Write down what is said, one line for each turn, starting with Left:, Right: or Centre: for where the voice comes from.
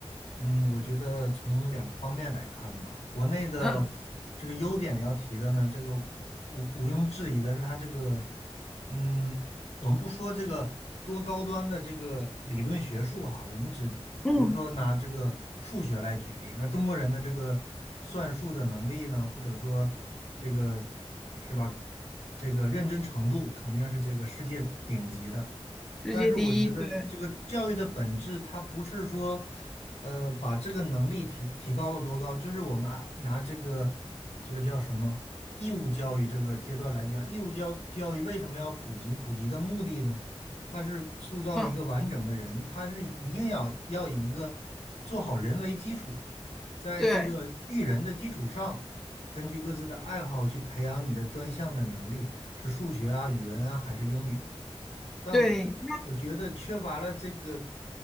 Left: 嗯，我觉得从两个方面来看吧，国内嗯的
Centre: 嗯
Left: 这个优点要提的呢，这个毋毋庸置疑的是它这个，嗯，我们不说这个多高端的这个理论学术哈，我们只比如说拿这个数学来举例，
Centre: 嗯，
Left: 那中国人的这个算术的能力呢，或者说这个是吧，这个认真程度肯定是这个世界顶级的。
Centre: 世界第一，
Left: 但是我觉得这个教育的本质，
Centre: 对，
Left: 它不是说呃，把这个能力提提高到多高？就是我们啊，拿这个这个叫什么义务教育这个阶段来讲，义务教教育为什么要普及？普及的目的呢，它是塑造一个完整的人，
Centre: 嗯
Left: 它是一定要要以一个做好人为基础，在这个育人的基础上，
Centre: 对
Left: 根据各自的爱好去培养你的专项的能力，是数学啊、语文啊还是英语？但
Centre: 对。
Left: 我觉得缺乏了这个。